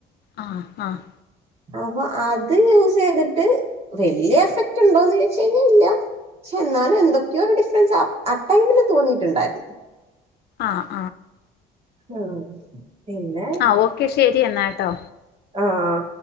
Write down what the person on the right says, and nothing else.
അപ്പൊ അത് യൂസ് ചെയ്തിട്ട് വലിയ എഫക്റ്റ് ഉണ്ടോന്ന് ചോയിച്ച് കഴിഞ്ഞാ ഇല്ല പക്ഷെ എന്നാലും എന്തൊക്കെയോ ഒരു ഡിഫറൻസ് ആ ടൈമില് തോന്നിയിട്ടുണ്ടാരുന്നു
ഉം പിന്നെ
ആഹ്